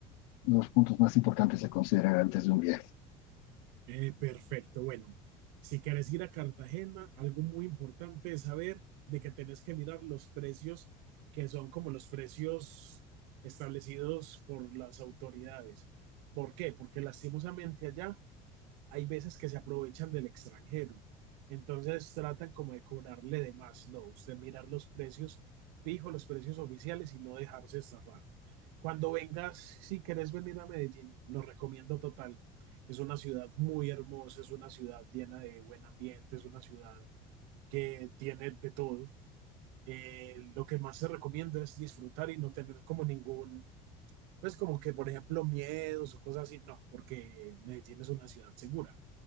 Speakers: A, on the left; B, on the right.
A: los puntos más importantes a considerar antes de un viaje?
B: Eh, perfecto, bueno, si querés ir a Cartagena, algo muy importante es saber de que tenés que mirar los precios que son como los precios establecidos por las autoridades. ¿Por qué? Porque lastimosamente allá hay veces que se aprovechan del extranjero. Entonces tratan como de cobrarle de más. No, usted mirar los precios fijos, los precios oficiales y no dejarse estafar. Cuando vengas, si querés venir a Medellín, lo recomiendo total. Es una ciudad muy hermosa, es una ciudad llena de buen ambiente, es una ciudad que tiene de todo. Eh, lo que más se recomienda es disfrutar y no tener como ningún, pues como que por ejemplo miedos o cosas así, no, porque Medellín es una ciudad segura.